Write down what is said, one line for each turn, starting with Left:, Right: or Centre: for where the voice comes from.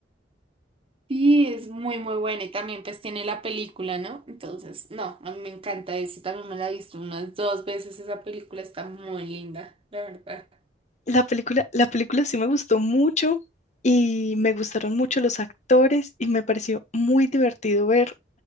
Right: Sí, es muy, muy buena y también pues tiene la película, ¿no? Entonces, no, a mí me encanta eso, también me la he visto unas dos veces, esa película está muy linda, la verdad.
Left: La película, la película sí me gustó mucho y me gustaron mucho los actores y me pareció muy divertido ver